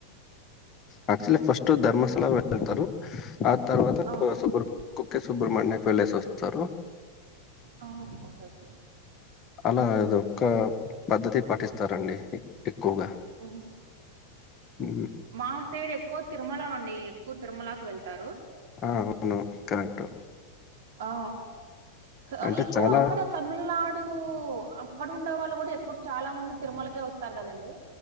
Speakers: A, on the left; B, on the right.
A: యాక్చువలీ ఫస్ట్ ధర్మస్లా వెళ్తారు ఆ తర్వాత
B: ఆ
A: సుబ్రక్కే సుబ్రహ్మణ్యకి వెళ్ళేసి వస్తారు
B: ఆ ఓకే ఓకే
A: అలా ఇదిక్క పద్ధతి పాటిస్తారండి ఎక్కువగా
B: ఓహో
A: అ
B: మా సైడ్ ఎక్కువ తిరుమల అండి ఎక్కువ తిరుమలకి వెళ్తారు
A: ఆ ఉ కరెంట్
B: ఆ అ
A: అంటే
B: ఎక్కువ
A: చాలా
B: ఆక్కడ తమిళనాడు అక్కడ ఉండే వాళ్ళు కూడా ఎప్పుడు చాలా మంది తిరుమలకే వస్తారు కదండి